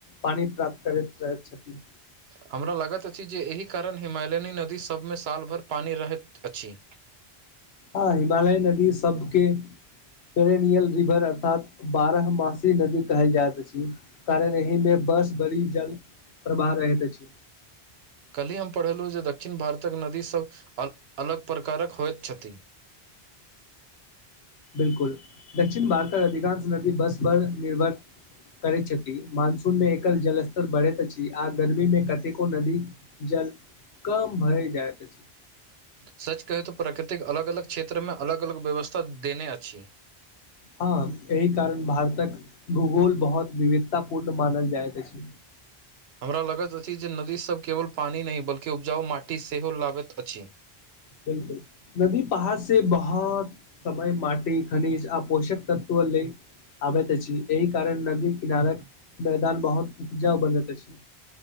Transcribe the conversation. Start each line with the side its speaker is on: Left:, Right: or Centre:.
Left: पानी प्राप्त करैत रहै छथि
Right: हमरा लागैत अछि जे एहि कारण हिमालयनी नदीसभमे सालभरि पानी रहैत अछि
Left: हँ हिमालय नदी सबके पेरेनियल रिवर अर्थात बारह मासी नदी कहल जाइत अछि कारण एहि मे बस बड़ी जल प्रभाह रहैत अछि
Right: कल्हि हम पढ़ेलहुँ जे दक्षिण भारतक नदी सब अ अलग प्रकारक होइत छथि
Left: बिलकुल दक्षिण भारतक अधिकांश नदी बर्ष पर निर्भर करै छथि मानसून मे एकल जल स्तर बढ़ैत अछि आ गर्मी मे कतेको नदी जल कम भरि जाय छथि
Right: सच कहू त प्रकृतिक अलग अलग क्षेत्रमे अलग अलग व्यवस्था देने अछि
Left: हँ एहि कारण भारतक भूगोल बहुत विविधता पूर्ण मानल जाइत अछि
Right: हमरा लागैत अछि जे नदीसभ केवल पानि नहि बल्कि उपजाउ माटी सेहो लागैत अछि
Left: बिलकुल नदी पहाड़ से बहोत समय मट खनिज आ पौषक तत्वो लैत आबैत अछि एहि कारण नदी किनारक मैदान बहुत उपजा बनैत अछि